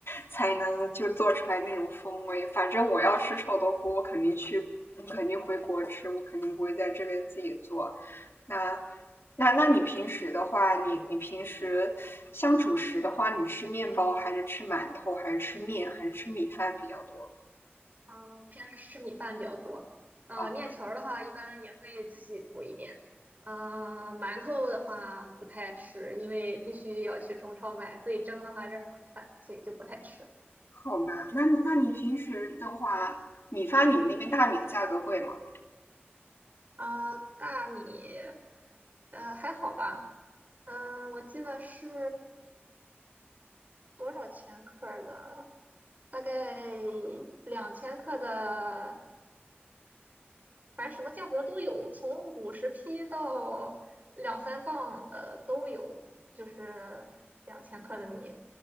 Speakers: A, on the left; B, on the right.
A: 才能就做出来那种风味。反正我要吃臭豆腐，我肯定去，我肯定回国吃，我肯定不会在这边自己做。那那那你平时的话，你你平时像主食的话，你吃面包还是吃馒头，还是吃面，还是吃米饭比较多？
B: 嗯，平时吃米饭比较多。嗯，
A: 啊，
B: 面条儿的话，一般也会自己煮一点。嗯，馒头的话不太吃，因为必须要去中超买，自己蒸的话有点儿麻烦，所以就不太吃。
A: 好吧，那你那你平时的话，米发你们那边大米的价格贵吗？
B: 啊、大米，呃，还好吧。嗯、我记得是多少千克儿的？大概两千克的反正什么价格都有，从五十匹到两三磅的都有，就是两千克的米